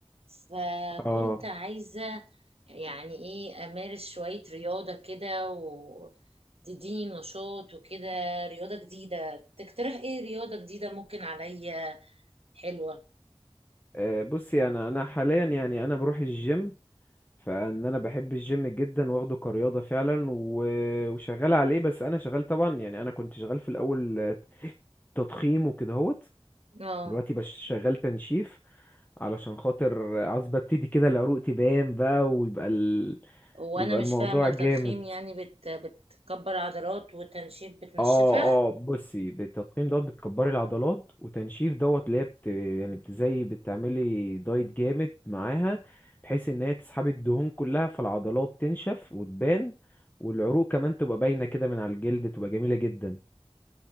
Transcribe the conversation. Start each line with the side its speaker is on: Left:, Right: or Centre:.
Right: فكنت
Left: اه
Right: عايزه يعني ايه امارس شويه رياضه كده وتديني نشاط وكده رياضه جديده تقترح ايه رياضه جديده ممكن عليا حلوه
Left: آه، بصي انا انا حاليا يعني انا بروح الجيم فان انا بحب الجيم جدا واخده كرياضه فعلا و- وشغال عليه بس انا شغال طبعا يعني انا كنت شغال في الاول آه، تضخيم وكده هوت
Right: اه
Left: دلوقتي بش شغال تنشيف علشان خاطر عاوز ببتدي كده العروق تبان بقى ويبقى ال...
Right: وانا
Left: يبقى
Right: مش
Left: الموضوع
Right: فاهمه
Left: جامد
Right: تضخيم يعني بت... بتكبر عضلات وتنشيف بتنشفها
Left: اه اه بصي بالتضخيم دوت بتكبري العضلات وتنشيف دوت اللي هي بت... يعني بتزي بتعملي دايت جامد معاها بحيث ان هي تسحبي الدهون كلها فالعضلات تنشف وتبان والعروق كمان تبقى باينة كده من على الجلد تبقى جميلة جدا